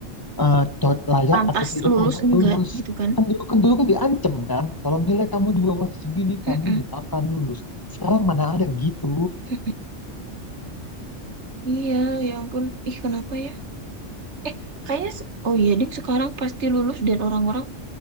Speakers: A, on the left (about 15°); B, on the right (about 65°).
A: eh, cocok- layak
B: Pantas
A: atau tidak
B: lulus
A: untuk
B: enggak
A: lulus.
B: gitu kan?
A: Kan dulu kan dulu kan diancam kan, kalau nilai kamu di bawah segini kamu
B: Mm-mm.
A: gak akan lulus. Sekarang mana ada gitu.
B: Mm-mm. Iya, ya ampun. Ih, kenapa ya? Eh, kayaknya se- oh iya ding sekarang pasti lulus dan orang-orang